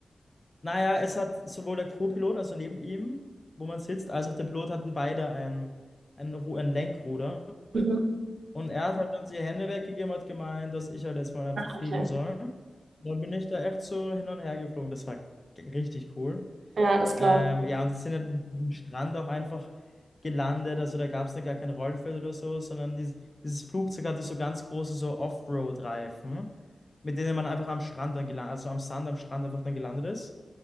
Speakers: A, on the left; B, on the right.
A: Naja, es hat sowohl der Co-Pilot, also neben ihm, wo man sitzt, als auch der Pilot hatten beide ein, ein, Ru- ein Lenkruder.
B: Mhm,
A: Und er hat halt dann die Hände weggegeben und hat gemeint, dass ich halt jetzt mal einfach fliegen
B: okay.
A: soll. Und dann bin ich da echt so hin und her geflogen. Das war g- richtig cool.
B: Ja, das
A: Ähm,
B: glaube
A: ja, und das sind ja dann am Strand auch einfach gelandet. Also da gab es dann gar kein Rollfeld oder so, sondern dieses, dieses Flugzeug hatte so ganz große so Offroad-Reifen, mit denen man einfach am Strand dann gelandet, also am Sand am Strand einfach dann gelandet ist.